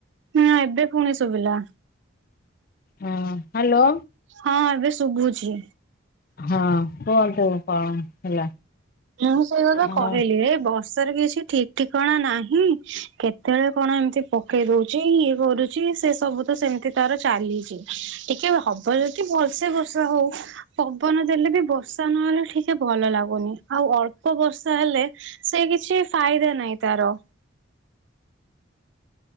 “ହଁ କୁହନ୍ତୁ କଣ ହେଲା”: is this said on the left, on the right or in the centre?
Left